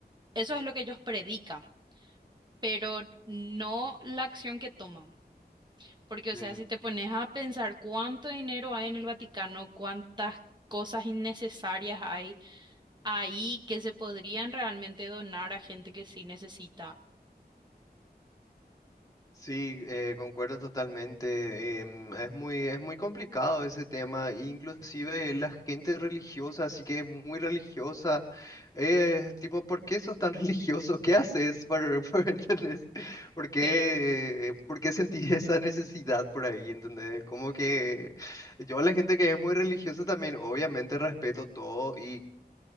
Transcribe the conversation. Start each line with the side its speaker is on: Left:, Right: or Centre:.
Right: eso es lo que ellos predican, pero no la acción que toman. Porque, o
Left: mm.
Right: sea, si te pones a pensar cuánto dinero hay en el Vaticano, cuántas cosas innecesarias hay ahí que se podrían realmente donar a gente que sí necesita.
Left: Sí, eh, concuerdo totalmente. em, es muy, es muy complicado ese tema. e Inclusive la gente religiosa, así que es muy religiosa. eh, tipo, ¿por qué sos tan <laughs> religioso? ¿Qué haces? Por, <laughs> por, ¿entendés? ¿Por qué,
Right: Sí.
Left: por qué sentís esa necesidad por ahí? ¿Entendés? Como que yo a la gente que es muy religiosa también, obviamente respeto todo y